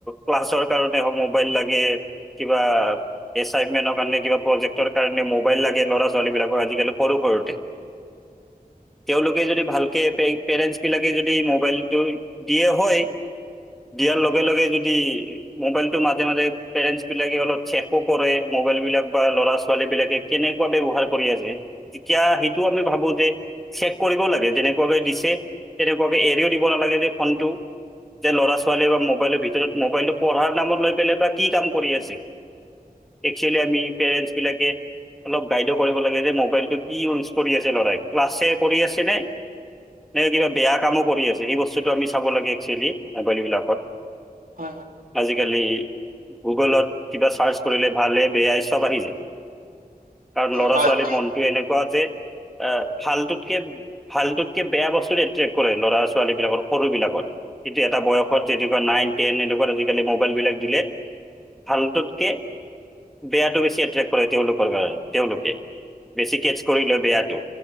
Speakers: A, in the centre; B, on the right.
A: ক্লাছৰ কাৰণে হয় মোবাইল লাগে। কিবা, এচাইনমেনৰ কাৰে কিবা প্ৰজেক্টৰ কাৰণে মোবাইল লাগে। ল'ৰা ছোৱালীবিলাকৰ আজিকালি সৰু সৰুতে। তেওঁলোকে যদি ভালকে পে পেৰেন্টচ বিলাকে যদি মোবাইলটো দিয়ে হয়, দিয়াৰ লগে লগে যদি মোবাইলতো মাজে মাজে পেৰেন্টছ বিলাকে অলপ চেকো কৰে মোবাইল বিলাক পাই ল'ৰা ছোৱালী বিলাকে কেনে <unintelligible> ব্যৱহাৰ কৰি আছে, তেতিয়া সেইটো আমি ভাবো যে চেক কৰিবও লাগে যেনেকুৱাকে দিছে, তেনেকুৱাকে এৰিও দিব নালাগে যে ফোনটো। যে ল'ৰা ছোৱালীয়ে বা মোবাইলৰ ভিতৰত মোবাইলটো পঢ়াৰ নামত লৈ পেলাই বা কি কাম কৰি আছে। একচুৱেলি আমি পেৰন্টছ বিলাকে অলপ গাইডো কৰিব লাগে যে মোবাইলটো কিয় ইউজ কৰি আছে লৰাই, ক্লাছে কৰি আছেনে? নে কিবা বেয়া কামো কৰি আছে সেই বস্তুটো আমি চাব লাগে একচুৱেলি, মোবাইল বিলাকত।
B: হয়, হয়।
A: আজিকালি গুগলত, কিবা চাৰ্চ কৰিলে ভালে বেয়াই চব আহি যায়। কাৰণ
B: হয়,
A: ল'ৰা
B: হয়,
A: ছোৱালীৰ
B: হয়
A: মনটো এনেকুৱা যে, এ ভালটোতকে ভালটোতকে বেয়া বস্তুটো এট্ৰেক্ট কৰে ল'ৰা ছোৱালী বিলাকৰ সৰু বিলাকত। কিন্তু এটা বয়সত যে এনেকুৱা নাইন টেন এনেকুৱাত আজিকালি মোবাইল বিলাক দিলে। ভালটোতকে, বেয়াটো বেছি এট্ৰেক্ট কৰে তেওঁলোকৰ কাৰ তেওঁলোকে। বেছি কেচ কৰি লয় বেয়াটো,